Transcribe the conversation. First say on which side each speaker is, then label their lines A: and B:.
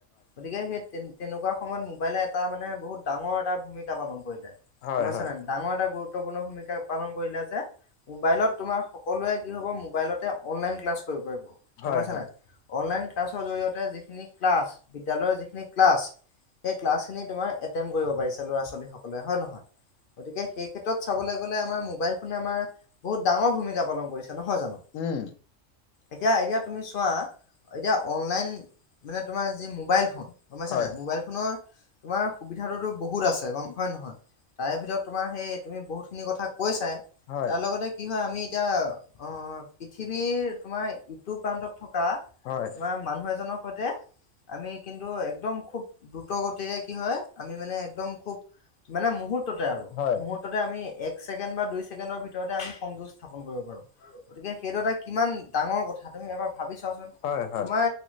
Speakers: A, on the left; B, on the left.
A: গতিকে সেই তেনেকুৱা সময়ত মোবাইলে এটা মানে বহুত ডাঙৰ এটা ভূমিকা পালন কৰিলে।
B: হয়
A: গম পাইছ
B: হয়
A: নাই? ডাঙৰ এটা গু ৰুত্বপূৰ্ণ ভূমিকা পালন কৰিলে যে মোবাইলত তোমাৰ সকলোৱে কি হ'ব মোবাইলতে অনলাইন ক্লাছ কৰিব পাৰিব।
B: হয়
A: গম পাইছা
B: হয়
A: নাই? অনলাইন ক্লাছৰ জৰিয় তে যিখিনি ক্লাছ বিদ্যালয়ৰ যিখিনি ক্লাছ। সেই ক্লাছখিনি তোমাৰ এটেণ্ড কৰিব পাৰিছে ল'ৰা ছোৱালীসকলে হয় নহয়, গতিকে সেই ক্ষেত্ৰত চাবলৈ গ'লে আমাৰ মোবাইল ফোনে আমাৰ বহুত ডাঙৰ ভূমিকা পালন কৰিছে নহয় জানো?
B: উম
A: এতিয়া এতিয়া তুমি চোৱা এতিয়া অনলাইন মানে তোমাৰ যি মোবাইল ফোন গম পাইছা
B: হয়
A: নাই মোবাইল ফোনৰ তোমাৰ সুবিধাতটোতো বহুত আছে গম হয় নহয় তাৰে ভিতৰত তোমাৰ সেই তুমি বহুতখিনি কথা কৈ চাই
B: হয়
A: তাৰ লগতে কি হয় আমি এতিয়া অ পৃথিৱীৰ তোমাৰ ইটো প্ৰান্তত থকা তোমাৰ
B: হয়
A: মানুহ এজনৰ সৈতে আমি কিন্তু একদম খুব দ্ৰুতগতিৰে কি হয় আমি মানে একদম খুব মানে মুহুৰ্ততে আৰু
B: হয়
A: মুহুৰ্ততে আমি এক ছেকেণ্ড বা দুই ছেকেণ্ডৰ ভিতৰতে আমি সংযুগ স্থাপন কৰিব পাৰো গতিকে এইটো এটা কিমান ডাঙৰ কথা তুমি এবাৰ ভাবি চোৱাচোন।
B: হয় হয়।
A: তোমাৰ